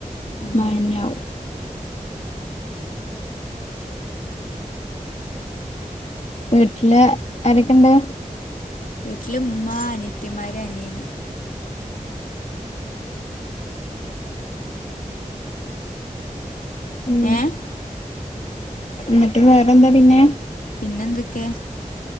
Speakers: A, on the left; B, on the left.
A: ഉം
B: അയെന്നെ ആകും വീട്ടില് ആരൊക്കെണ്ട്?
A: വീട്ടില് ഇമ്മ അനിയത്തിയമാര് അനിയന്
B: ഉം
A: ഏഹ്
B: ഇന്നട്ട് വേറെന്താ പിന്നെ
A: പിന്നെന്തൊക്കെ